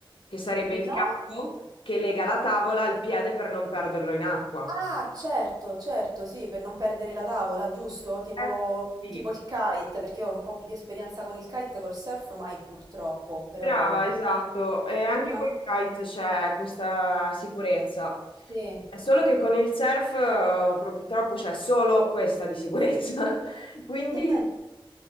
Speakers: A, on the left (about 70°); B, on the right (about 45°).
A: che sarebbe
B: No,
A: il capo che lega la tavola al piede per non perderlo in acqua.
B: Ah, certo, certo, sì, per non perdere la tavola, giusto? Tipo,
A: Eh,
B: mm,
A: sì.
B: tipo il kite, perché io ho un po' di esperienza con il kite, col surf mai purtroppo, però...
A: Brava, esatto. E anche
B: Ah,
A: col kite c'è questa sicurezza.
B: Sì.
A: È solo che con il surf eh, purtroppo c'è solo questa di sicurezza. <laughs> Quindi,
B: <laughs>